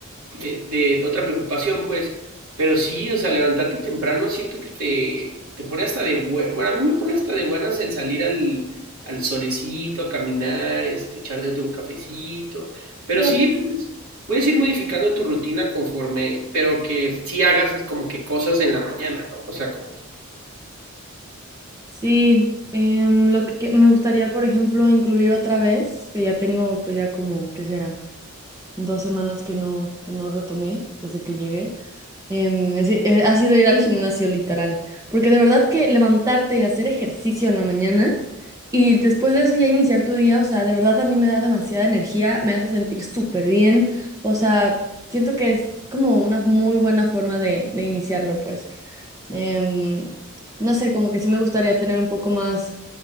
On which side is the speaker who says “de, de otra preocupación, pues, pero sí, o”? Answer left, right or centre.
Right